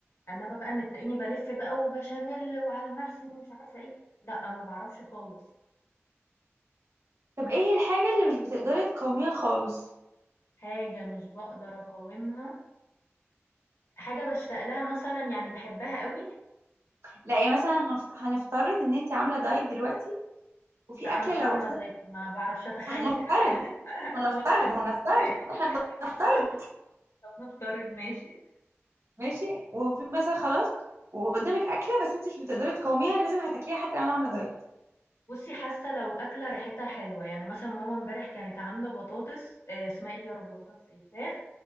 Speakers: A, on the left; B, on the right.
A: إنما بقى إن تلاقيني بالِف بقى وبشاميل وعلى المحشي ومش عارفة إيه، لأ ما باعرفش خالص،
B: طب ايه الحاجه اللي مش بتقدري تقاوميها خالص
A: حاجة مش باقدر أقاومها، حاجة باشتاق لها مثلًا يعني باحبها أوي،
B: لا يعني مثلا هنفت- هنفترض ان انت عامله دايت دلوقتي وفي
A: لأ
B: اكله
A: أنا مش عاملة
B: لو
A: دايت ما باعرفش أتخيل
B: هنفترض
A: <laughs> أنا
B: هنفترض
A: بوظت لك
B: هنفترض
A: السؤال
B: احنا بنفترض
A: طب نفترض ماشي.
B: ماشي وفي مثلا خلاص وقدامك اكله بس انت مش بتقدري تقاوميها لازم هتاكليها حتى لو انا عامله دايت
A: بُصّي، حاسة لو أكلة ريحتها حلوة، يعني مثلًا ماما امبارح كانت عاملة بطاطس آآ اسمها إيه دي يا ربي بطاطس إيه، فراخ